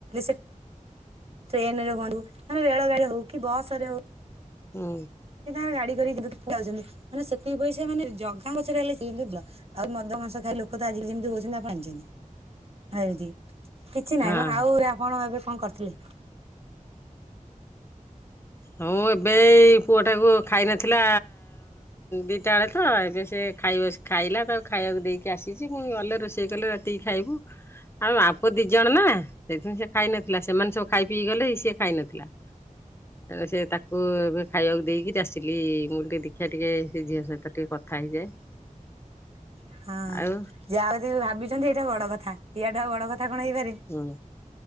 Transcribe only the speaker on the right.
ସେ ଟ୍ରେନରେ ହୁଅନ୍ତୁ ମେ ରେଳ ଗାଡି ହଉ କି ବସ ରେ ହଉ
ସେ ତାଙ୍କର ଗାଡି କରିକି ପ ଯାଉଚନ୍ତି ମାନେ ସେତିକି ପଇସା ମାନେ ଜଗା ପଛରେ ହେଲେ ସେ ଆଉ ମଦ ମାଂସ ଖାଇ ଲୋକ ତ ଆଜି ଯେମିତି ହଉଚନ୍ତି ଆପଣ ଜାଣିଚନ୍ତି। ଏମିତି କିଛି
ନାହିଁ ମ। ଆଉ ରା ଆପଣ ଏବେ କଣ କରିଥିଲେ।
<inaudible> ହଁ
ଜାହା ବି ଭାବିଚନ୍ତି ଏଇଟା ବଡ କଥା ଇଆଠୁ ଆଉ ବଡ କଥା କଣ ହେଇପାରେ।